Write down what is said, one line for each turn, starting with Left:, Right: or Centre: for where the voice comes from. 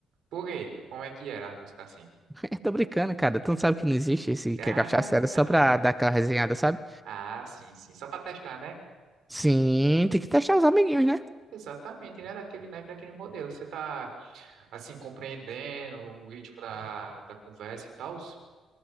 Right: Por quê? Como é que era a música assim?
Centre: Eu tô brincando, cara. Tu não sabe que não existe esse
Right: <laughs>
Centre: que
Right: Ah,
Centre: é cachaça. Era só
Right: ah,
Centre: pra dar aquela resenhada, sabe?
Right: ah, sim, sim. Só pra testar, né?
Centre: Sim, tem que testar os amiguinhos, né?
Right: Exatamente, né? Daquele naipe, daquele modelo. Você tá, assim, compreendendo o ritmo da, da conversa e tal?